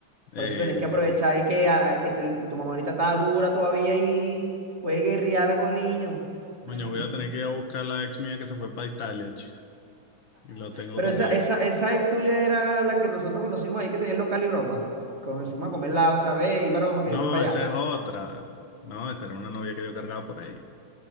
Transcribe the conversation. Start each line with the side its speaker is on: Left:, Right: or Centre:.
Left: Eh,
Right: Por eso tenés que
Left: sí.
Right: aprovechar eh, que, a que te- que tu mamá ahorita está dura todavía y puede guerrearla con el niño.
Left: Coño,
Right: <laughs>
Left: voy a tener que ir a buscar a la ex mía que se fue para Italia, chico. Y lo tengo
Right: Pero
Left: con
Right: esa,
Left: esa.
Right: esa, esa ex tuya era la que nosotros conocimos ahí, que tenía el local y broma. Con el fuimos a comer la esa vez y broma que
Left: No,
Right: yo fui para
Left: esa
Right: allá.
Left: es otra. No, esa era una novia que yo cargaba por ahí.